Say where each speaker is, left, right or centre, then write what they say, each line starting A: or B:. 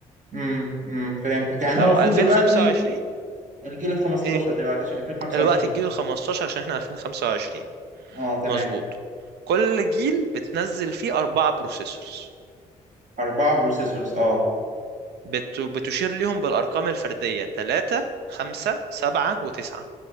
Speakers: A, on the right; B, on the right.
A: امم امم فهمتك يعني
B: لو
A: هو المفروض
B: 2025
A: دلوقتي الجيل ال 15
B: ايه
A: دلوقتي عشان 2025
B: الوقت الجيل ال 15 عشان احنا 2025
A: اه تمام
B: مظبوط كل جيل بتنزل فيه أربعة بروسيسورز
A: أربعة بروسيسورز اه
B: بت... بتشير ليهم بالأرقام الفردية 3 5 7 و9